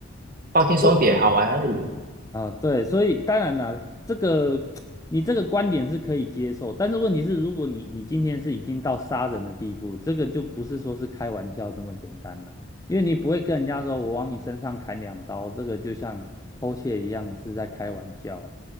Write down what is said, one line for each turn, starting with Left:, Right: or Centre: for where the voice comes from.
Right: 放轻松点，
Left: 对，
Right: 好玩而已。
Left: 啊，对，所以当然啦，这个你这个观点是可以接受，但是问题是，如果你你今天是已经到杀人的地步，这个就不是说是开玩笑这么简单了，因为你不会跟人家说我往你身上砍两刀，这个就像偷窃一样是在开玩笑了。